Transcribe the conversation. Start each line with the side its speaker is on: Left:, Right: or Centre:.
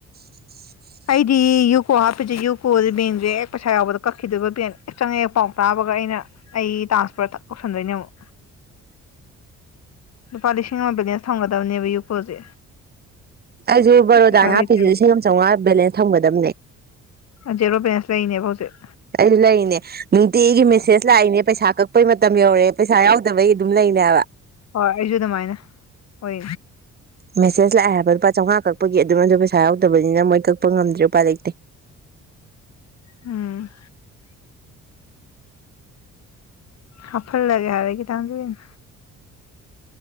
Right: <inaudible>
Left: ꯑꯩꯗꯤ ꯌꯨꯀꯣ ꯍꯥꯞꯄꯤꯖꯦ ꯌꯨꯀꯣꯖꯦ ꯕꯦꯡꯖꯦ ꯍꯦꯛ ꯄꯩꯁꯥ ꯌꯥꯎꯕꯗ ꯀꯛꯈꯤꯗꯣꯏꯕ ꯕꯦꯡ ꯍꯦꯛ ꯆꯡꯉꯛꯑꯦ ꯄꯥꯎ ꯇꯥꯕꯒ ꯑꯩꯅ ꯑꯩ ꯇ꯭ꯔꯥꯟꯁꯄꯣꯔꯠꯇ ꯊꯕꯛ ꯇꯧꯁꯟꯗꯣꯏꯅꯦ ꯑꯃꯨꯛ꯫
Right: <inaudible>
Left: ꯂꯨꯄꯥ ꯂꯤꯁꯤꯡ ꯑꯃ ꯕꯦꯂꯦꯟꯁ ꯊꯝꯒꯗꯕꯅꯦꯕ ꯌꯨꯀꯣꯁꯦ
Right: ꯑꯩꯁꯨ ꯕꯔꯣꯗꯥꯏ
Left: ꯄꯩꯁꯥ ꯂꯩꯇꯦꯕ
Right: ꯍꯥꯞꯄꯤꯁꯦ ꯂꯤꯁꯤꯡ ꯑꯃ ꯆꯧꯉꯥ ꯕꯦꯂꯦꯟꯁ ꯊꯝꯒꯗꯕꯅꯦ
Left: ꯑꯟ ꯖꯦꯔꯣ ꯕꯦꯂꯦꯟꯁ ꯂꯩꯅꯦꯕ ꯍꯧꯖꯤꯛ
Right: ꯑꯩꯗꯤ ꯂꯩꯔꯤꯅꯦ ꯅꯨꯡꯇꯤꯒꯤ ꯃꯦꯁꯦꯖ ꯂꯥꯛꯏꯅꯦ ꯄꯩꯁꯥ ꯀꯛꯄꯩ ꯃꯇꯝ ꯌꯧꯔꯦ ꯄꯩꯁꯥ ꯌꯥꯎ ꯗꯕꯩ ꯑꯗꯨꯝ ꯂꯩꯅꯦꯕ
Left: ꯍꯣꯏ ꯑꯩꯁꯨ ꯑꯗꯨꯃꯥꯏꯅ ꯍꯣꯏ
Right: ꯃꯦꯁꯦ ꯂꯥꯛꯑꯦ ꯍꯥꯏꯕ ꯂꯨꯄꯥ ꯆꯝꯉꯥ ꯀꯄ ꯑꯗꯨꯗ ꯄꯩꯁ ꯌꯥꯗꯕꯅ ꯃꯣꯏ ꯀꯛꯄ ꯉꯝꯗ꯭ꯔꯦ ꯂꯨꯄꯥ ꯂꯩꯇꯦ
Left: ꯎꯝ ꯍꯥꯞꯐꯍꯜꯂꯒꯦ <unintelligible>